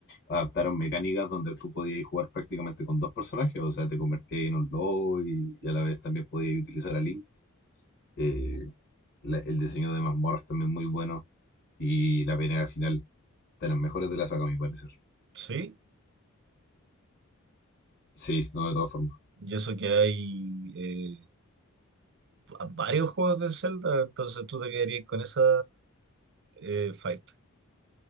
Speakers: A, on the left (about 50°); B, on the right (about 50°).
A: adaptaron mecánicas donde tú podías jugar prácticamente con dos personajes, o sea, te convertías en un lobo y, y a la vez también podías utilizar a Link. Eh, la- el diseño de mazmorras también muy bueno y la pelea final, de las mejores de la saga, a mi parecer.
B: Sí,
A: Sí, no, de todas formas.
B: Y eso que hay eh, a- varios juegos de Zelda, entonces tú te quedarías con esa eh, fight.